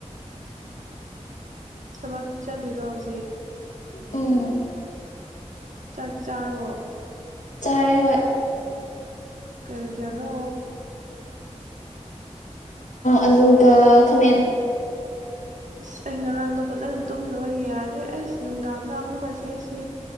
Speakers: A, on the right (about 85°); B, on the left (about 80°).
A: ꯊꯕꯛ ꯆꯠꯂꯤꯔꯣ ꯍꯧꯖꯤꯛ
B: ꯑꯝꯝ
A: ꯆꯥꯛ ꯆꯥꯔꯕꫭ
B: ꯆꯔꯦ ꯍꯣꯏꯏ꯫
A: ꯀꯩ ꯃꯊ°ꯟꯅꯣ
B: ꯑꯗꯨꯒꯥ ꯈꯥꯃꯦꯟ꯫
A: ꯏꯁ ꯑꯩ ꯉꯔꯥꯡꯗꯣ ꯐꯖꯅ ꯇꯨꯝꯅꯕ ꯌꯥꯗ꯭ꯔꯦ ꯑꯩꯁ ꯅꯨꯡꯗꯥꯡꯗꯥ ꯑꯃꯨꯛꯀꯁꯦ ꯁꯤ꯫